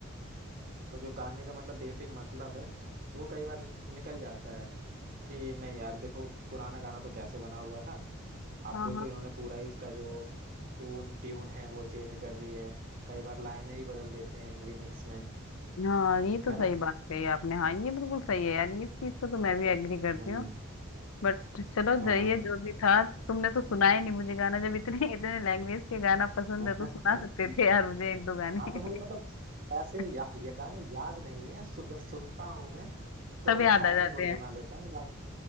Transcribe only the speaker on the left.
हाँ
हाँ
हाँ ये तो
सही
बात कही आपने हाँ ये बिल्कुल सही है यार इस चीज को तो मैं भी एग्री करती
हूँ बट चलो
जाइए जो भी था तुमने तो सुना ही नहीं मुझे गाना जब इतने इतने लैंग्वेज के गाना पसंद
है तो सुना सकते थे यार मुझे एक दो गाने
<laughs>
तब याद
आ जाते
हैं